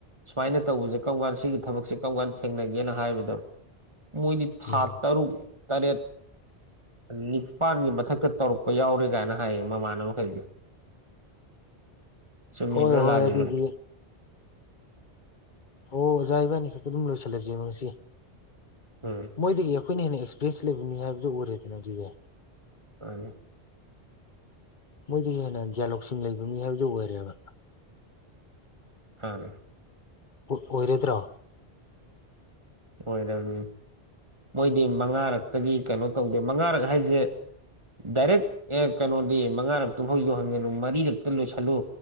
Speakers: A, on the right; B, on the left.
A: ꯁꯨꯃꯥꯏꯅ ꯇꯧꯕꯁꯦ ꯀꯔꯝ ꯀꯥꯟ ꯁꯤꯒꯤ ꯊꯕꯛꯁꯦ ꯀꯔꯝ ꯀꯥꯟꯗ ꯊꯦꯡꯅꯒꯦꯅ ꯍꯥꯏꯕꯗꯣ ꯃꯣꯏꯗꯤ ꯊꯥ
B: ꯎꯝ
A: ꯇꯔꯨꯛ ꯇꯔꯦꯠ ꯅꯤꯄꯥꯥꯟꯒꯤ ꯃꯊꯛꯇ ꯇꯧꯔꯛꯄ ꯌꯥꯎꯔꯦ ꯀꯥꯏꯅ ꯍꯥꯏꯌꯦ ꯃꯃꯥꯟꯅꯕ ꯃꯈꯩꯗꯤ ꯆꯨꯝꯃꯤꯕ꯭ꯔ
B: ꯍꯣꯏ ꯍꯣꯏ
A: ꯂꯥꯜꯂꯤꯕ꯭ꯔ
B: ꯑꯗꯨꯗꯤ ꯑꯣꯖꯥ ꯏꯕꯥꯅꯤ ꯈꯛꯛꯇ ꯑꯗꯨꯝ ꯂꯣꯏꯁꯤꯜꯂꯁꯦꯕ ꯉꯁꯤ
A: ꯎꯝ
B: ꯃꯣꯏꯗꯒꯤ ꯑꯩꯈꯣꯏꯅ ꯍꯦꯟꯅ ꯑꯦꯛꯁꯄꯤꯔꯌꯦꯟꯁ ꯂꯩꯕꯅꯤ ꯍꯥꯏꯕꯗꯨ ꯑꯣꯏꯔꯦꯗꯅ ꯑꯗꯨꯗꯤ
A: ꯑꯅꯤ
B: ꯃꯣꯏꯗꯒꯤ ꯍꯦꯟꯅ ꯒ꯭ꯌꯥꯟ ꯂꯧꯁꯤꯡ ꯂꯩꯕ ꯃꯤ ꯍꯥꯏꯕꯗꯨ ꯑꯣꯏꯔꯦꯕ꯫
A: <unintelligible>
B: ꯑꯣꯏꯔꯣꯏꯗ꯭ꯔꯣ꯫
A: ꯑꯣꯏꯔꯕꯅꯤ ꯃꯣꯏꯗꯤ ꯃꯉꯥꯔꯛꯇꯒꯤ ꯀꯩꯅꯣ ꯇꯧꯗꯦ ꯃꯉꯥꯔꯛ ꯍꯥꯏꯁꯦ꯫ ꯗꯥꯏꯔꯦꯛ ꯑꯦ ꯀꯩꯅꯣꯗꯤ ꯃꯉꯥꯔꯛꯇꯨꯐꯥꯎ ꯌꯧꯍꯟꯒꯅꯨ ꯃꯔꯤꯔꯛꯇ ꯂꯣꯏꯁꯤꯜꯂꯨ꯫